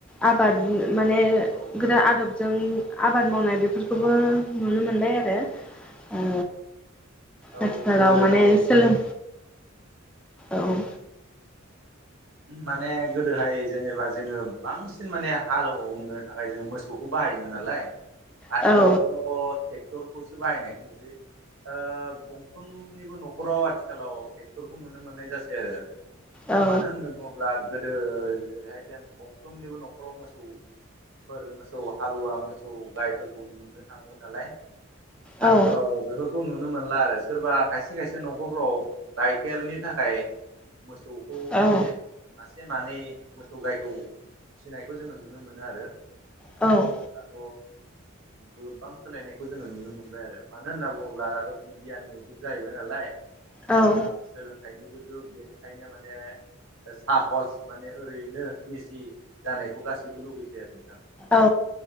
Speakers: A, in the centre; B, on the right (about 80°).
A: आबाद माने
B: औ
A: गोदो
B: औ
A: आदबजों आबाद मावनाय बेफोर बेखौबो नुनो मोनबाय आरो ओ
B: औ
A: आथिखालाव
B: गोदोहाय
A: माने सोलों
B: औ
A: औ।
B: माने गोदोहाय जेनेबा जोङो बांसिन माने हालौवनो थाखाय जोङो मोसौखौ बाहायोमोन नालाय आथिखालावथ'
A: औ
B: ट्रेक्टरखौसो बाहायनायखौ नुनो मोनसै। ओ गंफ्रोमनिबो न'खराव आथिखालाव टेक्ट खौ नुनो मोननाय जासै आरो
A: औ
B: मानो होनोबा अब्ला गोदो जेरैहाय जों गंफ्रोमनिबो न'खराव मोसौ फोर मोसौ हालुवा मोसौ गायफोरखौ मोननो थाङोमोन नालाय। आथिखालाव
A: औ
B: बेफोर खौ नुनो मोनला आरो सोरबा खायसे खायसे न'खरफ्राव गाइखेरनि थाखाय मोसौखौ
A: औ
B: एसे मासे मानै मोसौ गायखौ फिसिनायखौ जोङो नुनो मोनो आरो
A: औ
B: दाथ' गोबां सोलायनायखौ जोङो नुनो मोनबाय आरो मानो होनना बुङोब्ला दाथ' बिगियाननि जुग जाहैबाय नालाय ओ
A: औ
B: सोलोंथाइनिबो जुग बेनिखायनो माने ओ साहस माने ओरैनो इजि जानायखौ गासैबो लुबैसै आरो नोंथां।
A: औ